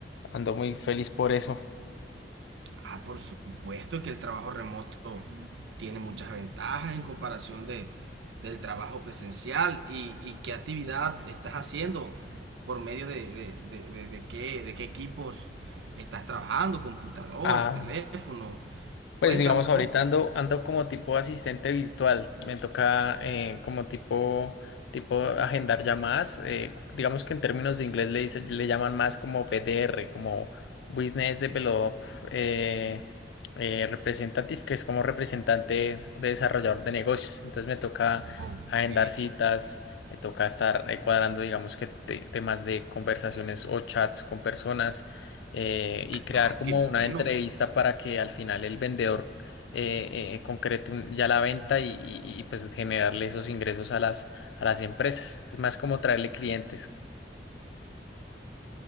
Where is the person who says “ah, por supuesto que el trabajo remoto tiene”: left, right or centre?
Right